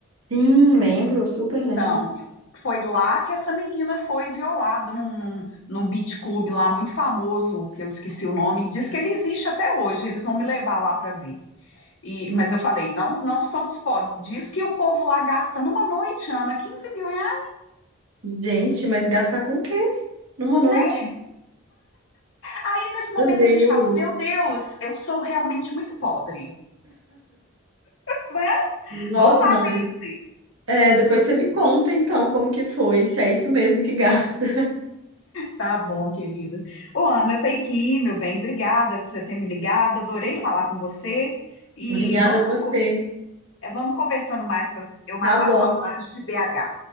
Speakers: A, on the right; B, on the left.
A: Sim, lembro, super
B: Então,
A: lembro.
B: fo- foi lá que essa menina foi violada num, num, num beach club lá muito famoso, que eu esqueci o nome, e diz que ele existe até hoje, eles vão me levar lá para ver. E,
A: Hum.
B: mas eu falei, não, não estou disposta. Diz que o povo lá gasta numa noite, Ana, quinze mil reais,
A: Gente, mas gasta com o quê? Numa noite?
B: né? Aí nesse momento
A: Meu Deus.
B: a gente fala, meu Deus, eu sou realmente muito pobre. Vai,
A: Nossa,
B: vou lá
A: não,
B: conhecer.
A: mas é, depois você me conta então como que foi, se é isso mesmo que gasta.
B: Tá bom, querida. Ô, Ana, eu tenho que ir, meu bem. Obrigada por você ter me ligado. Adorei falar com você.
A: <laughs>
B: E
A: Obrigada
B: vamos,
A: a você.
B: É, vamos conversando mais para eu matar
A: Tá bom.
B: a saudade de BH.